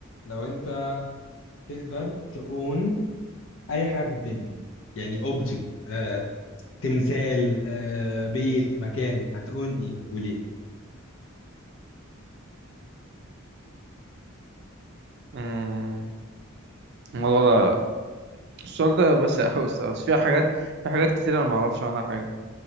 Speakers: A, on the left; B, on the right.
A: لو انت تقدر تقون اي حاجه في الدنيا يعني اوبجكت آه، تمثال آه، بيت مكان هتقون ايه وليه
B: مم. الموضوع ده السؤال ده واسع أوي الصراحة، بس في حاجات في حاجات كتير أنا ما أعرفش عنها حاجة